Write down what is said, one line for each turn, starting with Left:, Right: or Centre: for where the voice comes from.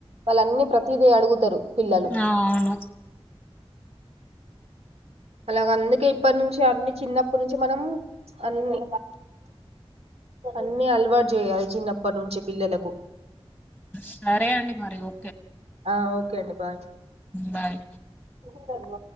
Right: వాళ్ళు అన్ని ప్రతీదీ అడుగుతారు. పిల్లలు
Centre: ఆ అవును
Right: అలగ అందుకే ఇప్పటి నుంచి అన్ని చిన్నప్పటి నుంచి మనం అన్ని అన్ని అలవాట్ చేయాలి చిన్నప్పటి నుంచి పిల్లలకు.
Centre: సరే అండి మరి ఓ
Right: ఆ ఓకే అండి బాయ్
Centre: బాయ్
Right: మెషిన్ కడ నే ఉన్నవ?